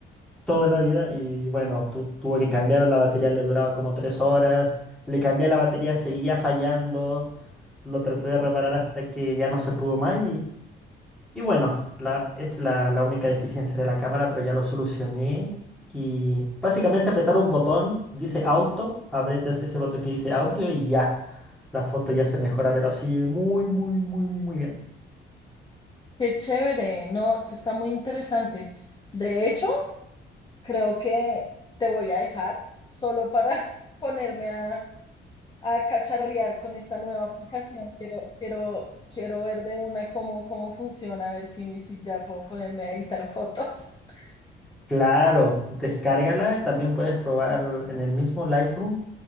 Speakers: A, in the centre; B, on the left (about 25°).
A: toda Navidad, y bueno, tu- tuve que cambiar la batería, le duraba como tres horas, le cambié la batería, seguía fallando, lo traté de reparar hasta que ya no se pudo más y bueno, la- es la, la única deficiencia de la cámara, pero ya lo solucioné. Y básicamente apretar un botón, dice auto, aprietas ese botón que dice auto y ya, la foto ya se mejora, pero así muy, muy, muy, muy bien.
B: Qué chévere, no, esto está muy interesante. De hecho, creo que te voy a dejar solo para <laughs> ponerme a, a cacharrear con esta nueva aplicación. Quiero, quiero, quiero ver de una cómo, cómo funciona, a ver si, si ya puedo ponerme a editar fotos. <laughs>
A: Claro, descárgala y también puedes probar en el mismo Lightroom.